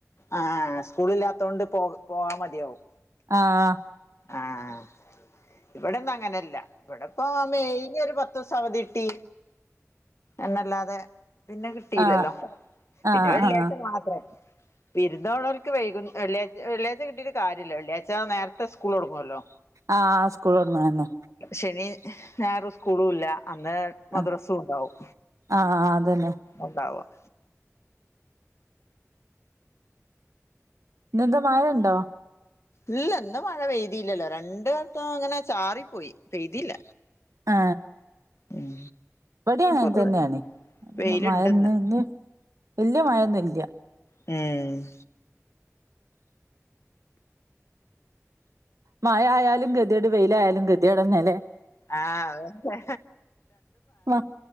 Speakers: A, on the left; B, on the right.
A: ആ സ്കൂളില്ലാത്തൊണ്ട് പോ പോവാാ മടിയവും
B: ആഹ്
A: ആഹ് ഇവിടൊന്നും അങ്ങനല്ല ഇവിടിപ്പോ മെയിഞ്ഞ ഒരു പ ത്ത സവതിട്ടി എന്നല്ലാതെ പിന്നെ കിട്ടീയില്ലല്ലോ
B: ആഹ്
A: പിന്നെ
B: ആഹ്
A: വെള്ളിയാഴ്ച
B: ആഹ്
A: മാത്രം വിരുന്നോണർക്ക് വൈകും വെള്ളാഴ് വെള്ളാഴ്ച കിട്ടീട്ട് കാര്യം ഇല്ല വെള്ളിയാഴ്ച നേരത്തെ സ്കൂള് തുടങ്ങുമല്ലോ
B: ആഹ് സ്കൂൾ തുറന്നത് തന്നെ
A: ശനി ഞായർ സ്കൂളുംല്ല അന്നേ മദ്രസും
B: ആഹ്
A: ഉണ്ടാവും
B: ആഹ് അതന്നെ
A: ഉണ്ടാവും
B: ഇന്നെന്ത മഴ ഉണ്ടോ
A: ഇല്ല ഇന്ന് മഴ പെയ്തില്ലല്ലോ രണ്ട് വട്ടം അങ്ങനെ ചാറിപ്പോയി പെയ്തില്ല
B: ആ
A: ഉം
B: ഇവിടേം അങ്ങനെ
A: പൊതുവെ
B: തന്നെയാണ്
A: വെയിലുണ്ടിന്ന്
B: മഴ ഒന്നും ഇന്ന് വല്യ മഴയൊന്നും ഇല്ല
A: ഉം
B: മഴ ആയാലും ഗതികേട് വെയിലായാലും ഗതികേട് തന്നെ അല്ലെ
A: ആ അതൊക്കെ
B: മ